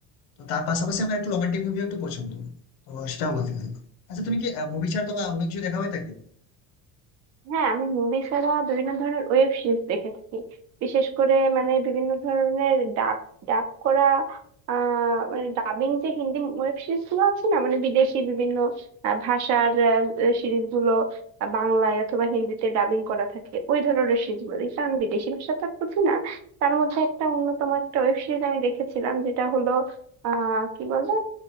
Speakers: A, on the left; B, on the right.
A: তো তার পাশাপাশি আমার একটু রোমান্টিক মুভিও একটু পছন্দ তো সেটাও বলতে পারি আচ্ছা তুমি কি মুভি ছাড়া তোমার অন্য কিছু দেখা হয়ে থাকে
B: হ্যাঁ আমি মুভি ছাড়া বিভিন্ন ধরনের ওয়েব সিরিজ দেখে থাকি বিশেষ করে মানে বিভিন্ন ধরনের ডাব ডাব করা আহ মানে ডাবিং যে হিন্দি ওয়েব সিরিজ গুলো আছে না মানে বিদেশি বিভিন্ন আহ, ভাষার সিরিজ গুলো আহ, বাংলায় অথবা হিন্দিতে ডাবিং করা থাকে ওই ধরনের সিরিজ গুলো দেখি কারণ বিদেশি ভাষা তো আর বুঝি না তার মধ্যে একটা অন্যতম একটা ওয়েব সিরিজ আমি দেখেছিলাম যেটা হলো আহ কি বলে